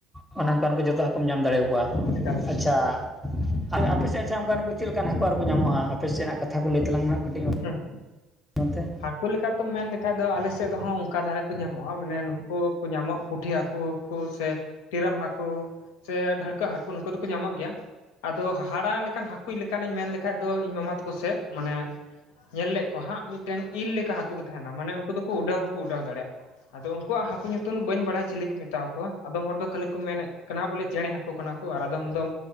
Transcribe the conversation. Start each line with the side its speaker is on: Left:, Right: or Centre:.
Centre: ᱚᱱᱮ ᱚᱱᱠᱟᱱ ᱠᱚ ᱡᱚᱛᱚ ᱦᱟᱠᱳᱢ ᱧᱟᱢ ᱫᱟᱲᱮᱣ ᱟᱠᱚᱣᱟ
Left: ᱮᱠᱟᱞ ᱮᱠᱟᱞ
Centre: ᱟᱪᱷᱟ। ᱟᱜ ᱟᱯᱮ ᱥᱮᱫ ᱟᱪᱷᱟ ᱚᱱᱠᱟᱱ ᱠᱚ ᱪᱮᱫ ᱞᱮᱠᱟᱱ ᱦᱟᱠᱳ ᱟᱨ ᱠᱚ ᱧᱟᱢᱚᱜᱼᱟ ᱟᱯᱮ ᱥᱮᱱᱟᱜ ᱠᱟᱛᱷᱟ ᱠᱚ ᱞᱟᱹᱭ ᱛᱟᱞᱟᱝ ᱢᱮ ᱦᱟᱸᱜ ᱠᱟᱹᱴᱤᱡ
Left: ᱦᱩᱸ
Centre: ᱚᱱᱛᱮ
Left: ᱦᱟᱠᱩ ᱞᱮᱠᱟ ᱛᱮᱢ ᱢᱮᱱ ᱞᱮᱠᱷᱟᱡ ᱫᱚ ᱟᱞᱮ ᱥᱮᱫ ᱫᱚ ᱦᱚᱸ ᱚᱱᱠᱟ ᱫᱷᱟᱨᱟ ᱠᱚ ᱧᱟᱢᱚᱜᱼᱟ, ᱢᱟᱱᱮ ᱱᱩᱠᱩ ᱠᱚ ᱧᱟᱢᱚᱜ ᱯᱩᱴᱷᱤ ᱦᱟᱠᱩ ᱠᱩ ᱥᱮ ᱴᱤᱨᱟᱹᱢ ᱦᱟᱹᱠᱩ ᱥᱮ ᱰᱟᱹᱲᱠᱟᱹ ᱦᱟᱹᱠᱩ ᱱᱩᱠᱩ ᱫᱚᱠᱚ ᱧᱟᱢᱚᱜ ᱜᱮᱭᱟ। ᱟᱫᱚ ᱦᱟᱦᱟᱲᱟ ᱞᱮᱠᱟᱱ ᱦᱟᱠᱩᱭ ᱞᱮᱠᱟᱱᱤᱧ ᱢᱮᱱ ᱞᱮᱠᱷᱟᱡ ᱫᱚ ᱤᱧ ᱢᱟᱢᱟ ᱛᱟᱠᱚ ᱥᱮᱫ ᱢᱟᱱᱮ ᱧᱮᱞ ᱞᱮᱫ ᱠᱚ ᱦᱟᱸᱜ ᱢᱤᱫ ᱴᱮᱱ ᱤᱞ ᱞᱮᱠᱟ ᱦᱟᱹᱠᱩ ᱦᱚᱸ ᱠᱚ ᱛᱟᱦᱮᱱᱟ ᱢᱟᱱᱮ ᱩᱱᱠᱩ ᱫᱚ ᱠᱚ ᱩᱰᱟᱹᱣ ᱦᱚᱸᱠᱚ ᱩᱰᱟᱹᱣ ᱫᱟᱲᱮᱭᱟᱜᱼᱟ। ᱟᱫᱚ ᱩᱱᱠᱩᱣᱟᱜ ᱦᱟᱹᱠᱩ ᱧᱩᱛᱩᱢ ᱫᱚ ᱵᱟᱹᱧ ᱵᱟᱲᱟᱭᱟ ᱪᱤᱞᱤ ᱠᱚ ᱢᱮᱛᱟᱣ ᱠᱚᱣᱟ ᱟᱫᱚᱢ ᱦᱚᱲ ᱫᱚ ᱠᱷᱟᱹᱞᱤ ᱠᱚ ᱢᱮᱱᱮᱫ ᱠᱟᱱᱟ ᱵᱚᱞᱮ ᱪᱮᱬᱮ ᱦᱟᱹᱠᱩ ᱠᱟᱱᱟ ᱠᱚ ᱟᱨ ᱟᱫᱚᱢ ᱫᱚᱢ